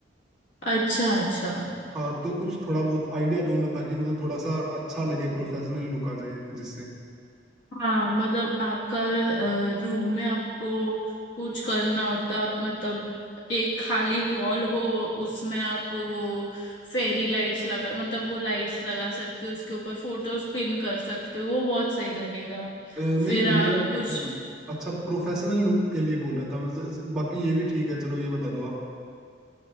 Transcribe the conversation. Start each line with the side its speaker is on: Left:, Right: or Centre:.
Left: अच्छा अच्छा
Centre: हाँ तो कुछ थोड़ा बहुत आइडिया दो ना ताकि मतलब थोड़ा सा अच्छा लगे प्रोफेशनल लुक आ जाए जिससे अ,
Left: हाँ मतलब आपका रूम में आपको कुछ करना होता आप मतलब एक खाली वॉल हो उसमें आप वो फेरी लाइट्स लगा मतलब वो लाइट्स लगा सकते हो उसके ऊपर फोटोज पिन कर सकते हो वो बहुत सही लगेगा
Centre: नहीं
Left: फिर
Centre: मैं
Left: आप कुछ
Centre: अ, अच्छा प्रोफेशनल लुक के लिए बोल रहा था मैं ज- ज- बाकी ये भी ठीक है चलो ये बता दो आप